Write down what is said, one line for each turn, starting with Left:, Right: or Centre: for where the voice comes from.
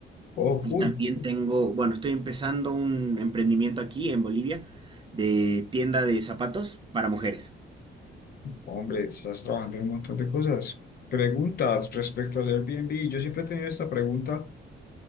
Left: oh,
Right: Y
Left: cool.
Right: también tengo, bueno, estoy empezando un emprendimiento aquí en Bolivia de tienda de zapatos para mujeres.
Left: Hombre, estás trabajando en un montón de cosas. Preguntas respecto al Airbnb. Yo siempre he tenido esta pregunta.